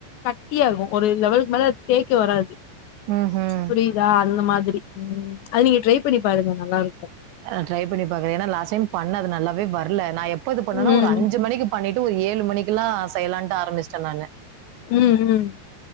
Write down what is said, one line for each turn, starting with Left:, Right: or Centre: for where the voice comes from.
Left: கட்டியாருக்கும் ஒரு இந்தளவுக்கு மேல தேய்க்க வராது
Right: ம் ம்
Left: புரியுதா அந்த மாதிரி உம் அது நீங்க ட்ரை பண்ணி பாருங்க நல்லா இருக்கும்
Right: அ ட்ரை பண்ணி பாக்கறேன் ஏனா லாஸ்ட் டைம் பண்ண அது நல்லாவே வரல நான் எப்போ பண்ணனா
Left: ம்
Right: ஒரு அஞ்சுமணிக்கு பண்ணிட்டு ஒரு ஏழு மணிக்கலாம் செய்யலான்டு ஆரம்பிச்சிட்டேன் நான்னு
Left: உம் உம்